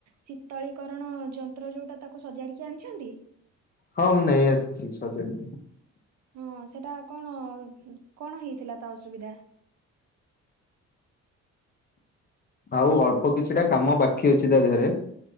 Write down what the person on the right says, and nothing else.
ଶୀତଳୀକରଣ ଯନ୍ତ୍ର ଯୋଉଟା ତାକୁ ସଜାଡିକି ଆଣିଚନ୍ତି।
ହଁ ସେଟା କଣ କଣ ହେଇଥିଲା ତା ଅସୁବିଧା।